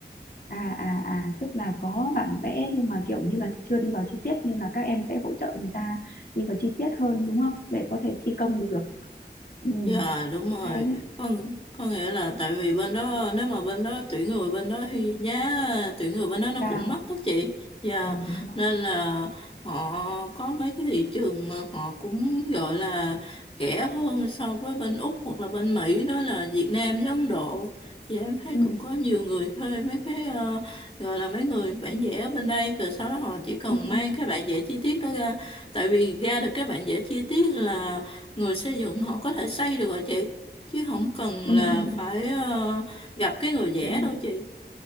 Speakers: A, on the left; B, on the left.
A: À à à tức là có bản vẽ nhưng mà kiểu như là chưa đi vào chi tiết nên là các em sẽ hỗ trợ người ta đi vào chi tiết hơn đúng không? Để có thể thi công được. Ừ,
B: Dạ đúng rồi
A: hay đấy,
B: con có nghĩa là tại vì bên đó nếu mà bên đó tuyển người bên đó thì giá tuyển người bên đó nó
A: cao.
B: cũng mắc á chị dạ
A: Ừ, đúng rồi.
B: nên là họ có mấy cái thị trường mà họ cũng gọi là rẻ hơn so với bên Úc hoặc là bên Mỹ đó là Việt Nam với Ấn Độ thì em thấy
A: Ừ,
B: cũng có nhiều người thuê mấy cái ờ, gọi là mấy người bản vẽ ở bên đây rồi sau đó họ chỉ cần
A: ừ,
B: mang
A: ừ,
B: cái bản vẽ chi tiết đó ra tại vì ra được cái bản vẽ chi tiết là người xây dựng họ có thể xây được rồi chị chứ không cần
A: ừ,
B: là
A: ừ,
B: phải ờ, gặp cái người vẽ
A: đúng rồi.
B: đâu chị